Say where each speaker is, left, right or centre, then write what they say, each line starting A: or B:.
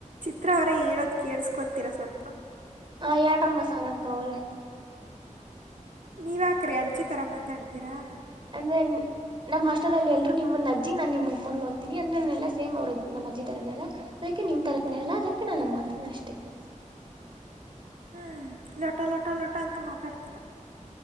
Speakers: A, on the right; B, on the right.
A: ಚಿತ್ರ ಅವರೇ ಹೇಳೋದ್ ಕೇಳಸ್ಕೊಂತೀರಾ ಸ್ವಲ್ಪ.
B: ಹ ಹೇಳ್ರಮ್ಮ ಸಹಾನ ಅಕ್ಕನವರೇ
A: ನೀವ್ ಯಾಕ್ರಿ ಅಜ್ಜಿ ತರಾ ಮಾತಾಡ್ತೀರಾ?
B: ಅನ್ ನಮ್ಮ್ ಹಾಸ್ಟೆಲ್ ಅಲ್ಲಿ ಎಲ್ಲೂರು ನಿಮ್ಮನ ಅಜ್ಜಿ ನನ್ ನಿಮ್ ಮೊಮ್ಮಗಳು ಅಂತೀನಿ ಅಂದ್ರೆ ನಾ ಎಲ್ಲಾ ಸೇಮ್ ನಮ್ಮಜ್ಜಿ ತರನ್ನೆ ಅಲ್ಲ. ಅದಕ್ಕೆ ನಿಮ್ ತರಾನೇ ಅಲ್ಲ ಅದಕ್ಕೆ ನಾನು ಹಂಗ್ ಮಾತಾಡ್ತೀನಿ ಅಷ್ಟೇ.
A: <inaudible> ಹ್ಮ್ ಲೊಟ ಲೊಟ ಲೊಟ ಅಂತ ಮಾತಾಡ್ತೀರ.